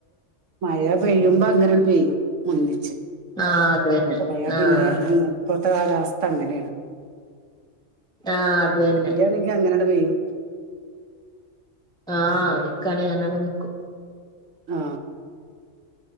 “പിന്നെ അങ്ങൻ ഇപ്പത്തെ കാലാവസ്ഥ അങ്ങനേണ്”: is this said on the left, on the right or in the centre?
Right